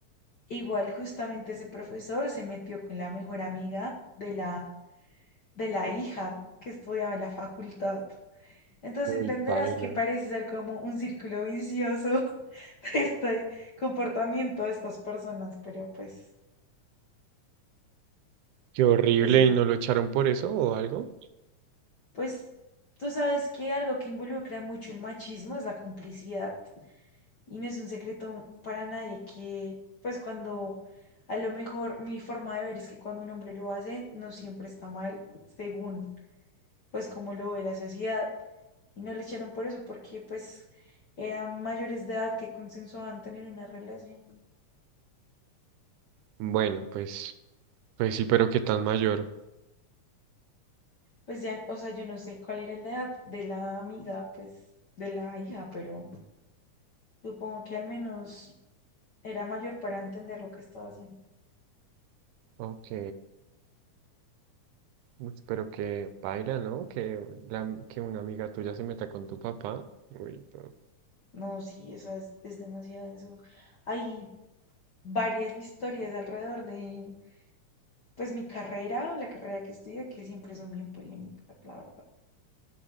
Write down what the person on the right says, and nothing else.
Uy,
paila,
qué horrible
y no lo echaron por eso o algo.
Bueno, pues, pues sí, pero qué tan mayor.
Ok, pues, pero que paila, ¿no? Que, la, que una amiga tuya se meta con tu papá. Uy, pero-